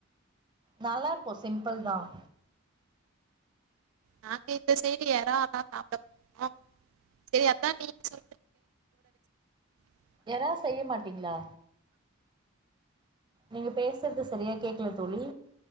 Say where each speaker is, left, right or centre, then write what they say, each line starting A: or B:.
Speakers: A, on the right (about 20°); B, on the right (about 80°).
A: நல்லா இருக்கும் சிம்பிள் தான்
B: நாங்க இந்த சைடு எரா லாம் சாப்பிட மாட்டேம் ஆ சரி <unintelligible> <unintelligible> நீ சோ <unintelligible>
A: எறா செய்ய மாட்டீங்களா நீங்க பேசுறது சரியா கேக்கல தோழி